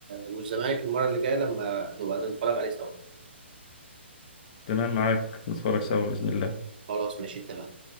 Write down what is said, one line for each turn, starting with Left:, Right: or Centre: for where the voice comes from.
Right: والزمالك المره اللي جايه لما نبقى نتفرج عليه سوا
Left: تمام معاك نتفرج سوا بإذن الله
Right: خلاص ماشي اتفقنا